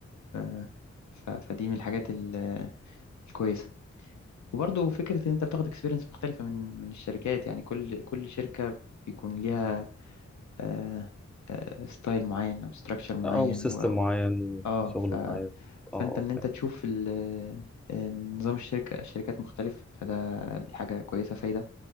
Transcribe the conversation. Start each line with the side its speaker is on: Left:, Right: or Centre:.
Left: آه، ف... فدي من الحاجات ال... آه، الكويسة وبرضه فكرة إن أنت بتاخد اكسبيرينس مختلفة من من الشركات يعني كل كل شركة بيكون ليها آه، آه، ستايل معين أو ستراكشر معين
Centre: اه وسيستم
Left: و...
Centre: معين
Left: آه
Centre: وشغل
Left: ف...
Centre: معين
Left: فأنت
Centre: اه اه
Left: إن أنت
Centre: فاهم
Left: تشوف ال... آه، نظام الشركة الشركات مختلف فده دي حاجة كويسة فايدة